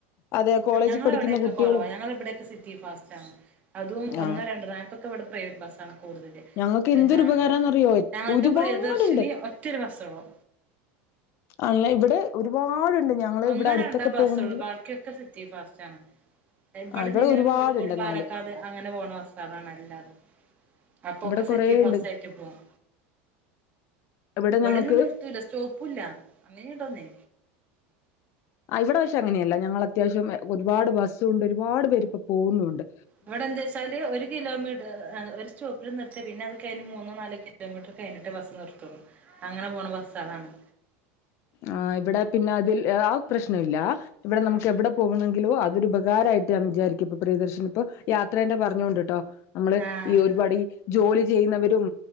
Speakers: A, on the left; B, on the right.
A: അതെ കോളേജിൽ
B: ഞങ്ങളവടെക്കെ
A: പഠിക്കുന്ന കുട്ടികളും
B: കൊറവാ ഞങ്ങളെ ഇബ്ടെക്കെ സിറ്റി ഫാസ്റ്റ് ആണ്. അതും
A: ആ
B: ഒന്നോ രണ്ട് <unintelligible> ഇവിടെ പ്രൈവറ്റ് ബസ്സാണ് കൂടുതല് <unintelligible>
A: ഞങ്ങൾക്ക് എന്തൊരു ഉപകാരംന്നറിയോ
B: ഞങ്ങക്ക്
A: ഒരുപാടുണ്ട്
B: പ്രിയദർശിനി ഒറ്റൊരു ബസ്സേ ഉള്ളു
A: <unintelligible> ഒരുപാടുണ്ട്
B: മ്ഹ്
A: ഞങ്ങള്
B: ഒന്നൊ
A: ഇവിടെ അടുത്തൊക്കെ
B: രണ്ടൊ ബസ്സുള്ളു.
A: പോകണെങ്കിൽ
B: ബാക്കിയൊക്കെ സിറ്റി ഫാസ്റ്റ് ആണ്. ഇവിട്ന്ന്
A: ആ ഇവിടെ
B: ഇങ്ങനെ
A: ഒരുപാടുണ്ട്
B: കോഴിക്കോട്
A: എന്നാല്
B: പാലക്കാട് അങ്ങനെ പോണ ബസ്സാണ് അതാ നല്ലത്. അപ്പൊക്കെ
A: ഇവിടെ
B: സിറ്റി
A: കൊറേ
B: ഫസ്റ്റ്
A: ഉണ്ട്
B: ആയിട്ട് പോവും.
A: ഇവിടെ
B: ഇവിടൊന്നും
A: ഞങ്ങൾക്ക്
B: നിർത്തൂല സ്റ്റോപ്പുല്ല അങ്ങനെ ഉണ്ടെന്നേ.
A: ആഹ് ഇവിടെ പക്ഷെ അങ്ങനെയല്ല. ഞങ്ങള് അത്യാവശ്യം ഒരുപാട് ബസുണ്ട് ഒരുപാട് പേരിപ്പോ പോകുന്നുമുണ്ട്.
B: അവിടെ എന്താച്ചാല് ഒരു കിലോമീറ്റ, ഒരു സ്റ്റോപ്പില് നിർത്യാ പിന്നത് കഴിഞ്ഞ് മൂന്നോ നാലോ കിലോമീറ്ററ് കഴിഞ്ഞിട്ടേ ബസ് നിർത്തൊള്ളു. അങ്ങനെ പോണ ബസ്സ് അതാണ്
A: ആഹ് ഇവിടെ പിന്നെ അതിൽ അത് പ്രശ്നമില്ല. ഇവിടെ
B: ആഹ്
A: നമുക്ക് എവിടെ പോവുന്നെങ്കിലും അ അതൊരുപകാരായിട്ട് ഞാൻ വിചാരിക്കും ഇപ്പ പ്രിയദർശിനി ഇപ്പോ യാത്രേന്റെ പറഞ്ഞു കൊണ്ട്ട്ടോ. നമ്മള്
B: ആഹ്
A: ഈ ഒരുപാട് ഈ ജോലി ചെയ്യുന്നവരും